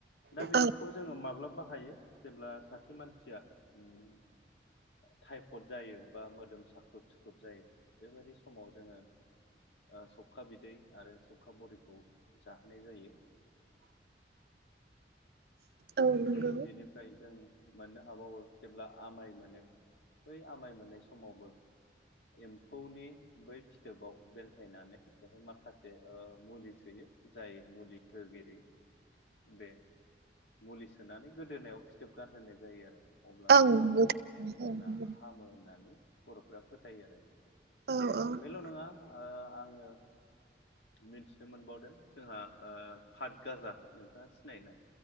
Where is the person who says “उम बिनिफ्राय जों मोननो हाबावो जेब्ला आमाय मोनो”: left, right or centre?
Left